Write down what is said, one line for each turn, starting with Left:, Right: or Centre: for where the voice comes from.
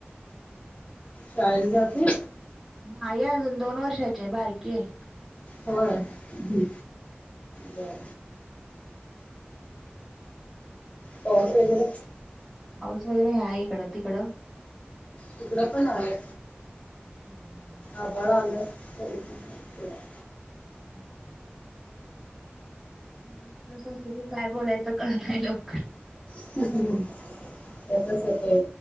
Left: शाळेला जाती?
Centre: नायी अजून दोन वर्षाचेयं बारकीेयं.
Left: होय हुं. बंर पाऊस वैगेरे?
Centre: पाऊस वगैरे हाय इकडं. तिकडं?
Left: हिकडं पण हाय.
Centre: <inaudible>
Left: आभाळ आलंय <inaudible>
Centre: <inaudible> <inaudible> असं असलं की काय बोलायचं कळत नाय लवकर.
Left: <inaudible> तसंच होतंय